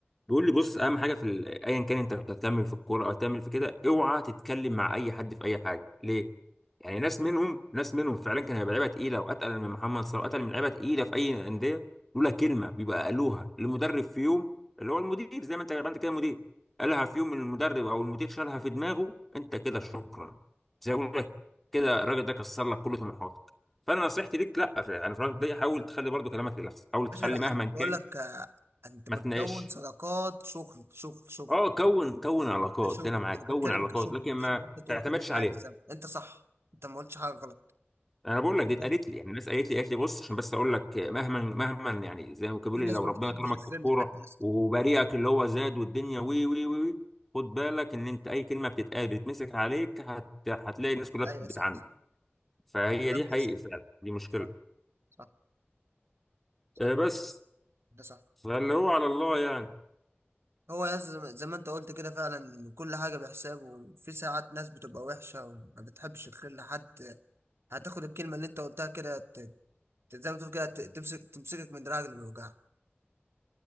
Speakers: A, in the centre; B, on the right.
A: بيقول لي بص اهم حاجه في ال- ايا كان انت بتكمل في الكوره او تكمل في كده اوعى تتكلم مع اي حد في اي حاجه ليه يعني ناس منهم ناس منهم فعلا كان هيبقى لعيبه تقيله واتقل من محمد صلاح واتقل من لعيبه تقيله في اي انديه لولا كلمه بيبقى قالوها للمدرب في يوم اللي هو المدير زي ما انت ما انت كده مدير قالها في يوم المدرب او المدير شالها في دماغه انت كده شكرا زي ما بقول لك كده الراجل ده كسر لك كل طموحاتك فانا نصيحتي ليك لا في يعني في الراجل ده حاول تخلي برضه كلامك للاخص حاول
B: يا باشا
A: تخلي
B: لا
A: مهما
B: انا
A: كان
B: بقول لك آه، انت
A: ما
B: بتكون
A: تناقش
B: صداقات شغل شغل شغل
A: اه كون كون علاقات
B: كشغل
A: ده انا معاك
B: انا
A: كون
B: بتكلم
A: علاقات
B: كشغل
A: لكن ما
B: مش ان انت تقول
A: تعتمدش
B: كل
A: عليها
B: حاجه زي ما- انت صح انت ما قلتش حاجه غلط
A: انا بقول لك
B: انا
A: دي اتقالت
B: برضه
A: لي يعني الناس قالت لي قالت لي بص عشان بس اقول لك مهما مهما يعني زي ما كانوا بيقولوا
B: في ناس
A: لي لو
B: ما
A: ربنا
B: بتحبش
A: كرمك
B: الفيلم
A: في الكوره
B: حتى يا اسطى
A: وبريئك اللي هو زاد والدنيا وي وي وي وي، خد بالك ان انت اي كلمه بتتقال بتتمسك عليك هت... هتلاقي الناس كلها
B: ايوه
A: بتعاندك
B: صح
A: فهي
B: الكلام
A: دي حقيقي
B: بيحصل
A: فعلا دي مشكله
B: صح صح صح
A: آه بس
B: ده صح
A: فاللي هو على الله يعني
B: هو يا اسطى زي ما زي ما انت قلت كده فعلا كل حاجه بحساب وفي ساعات ناس بتبقى وحشه وما بتحبش الخير لحد هتاخد الكلمه اللي انت قلتها كده ت- ت- زي ما تقول كده ت- تمسك تمسكك من دراعك اللي بيوجعك